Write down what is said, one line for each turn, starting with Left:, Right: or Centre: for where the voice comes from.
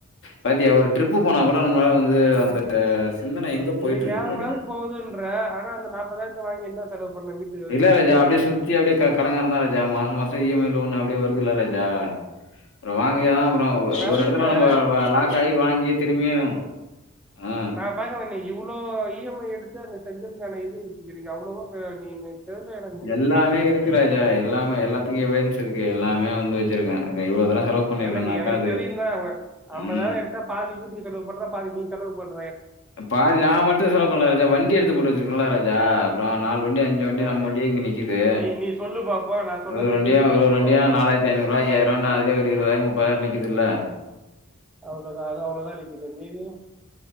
Left: பாத்தியா ஒரு ட்ரிப்பு போனா கூட நம்மளால வந்து அந்த சிந்தனை எங்க போய்ட்டு
Centre: நீ
Left: இருக்கு
Centre: வேற
Left: பாரு
Centre: மாதிரி போகுதுன்ற ஆனா அந்த நாற்பதாயிரத்தை வாங்கி என்ன செலவு பண்ண வீட்டுக்கு
Left: இல்ல
Centre: செலவு
Left: ராஜா
Centre: பண்ணிய
Left: அப்டியே சுத்தி அப்டியே க கடங்காறந்தா ராஜா மாச மாச இ எம் ஐ லோன் அப்டியே வருதுல்ல ராஜா அப்பறோ வாங்குயா அப்பறோ ஒ
Centre: வருதுண்ணே
Left: ஒரு எடத்துல நம்ம லாக் ஆயி வாங்கியே திரும்பியு ஆ
Centre: பா பாக்க வன்னி இவ்ளோ இ எம் ஐ எடுத்து அங்க செஞ்சிருந்தேனு வை இது <unintelligible> அவ்ளோவா ப நீ தெரிஞ்ச எனக்கு
Left: எல்லாமே இருக்கு ராஜா எல்லாமே எல்லாத்துக்கு எவிடன்ன்ஸ் இருக்கு எல்லாமே வந்து வச்சிருக்கே இவ்ளோ தூரோ செலவு பண்ணிருக்கேனாக்கா
Centre: எனக்கு எனக்கு தெரியுந்தா அவுங்க
Left: ம்
Centre: ஐம்பதாயிரோ எடுத்தா பாதி வீட்டுக்கு செலவு பண்ற பாதி நீ செலவு பண்
Left: பாதி நா மட்டு செலவு பண்ணல ராஜா வண்டி எடுத்து போட்டு வச்சுருக்கேன்ல ராஜா அப்பறோ நாலு வண்டி அஞ்சு வண்டி
Centre: என்ன
Left: நம்ம வண்டி இங்க நிக்கிது
Centre: நீ நீ சொல்லு பாப்போம் நான் சொன்னது
Left: ஒரொரு வண்டியா
Centre: இல்லைன்னு நீ
Left: ஒரொரு
Centre: சொல்லு
Left: வண்டியா
Centre: பாப்போம்
Left: நாலாயிரத்தி ஐநூறுவா ஐய்யாயிருவானு அதுலயே ஒரு இருவதாயிரோ மு முப்பதாயிரோ நிக்கிதில்ல
Centre: அவ்ளோதா அது அவ்ளோதா நிக்கிது மீதி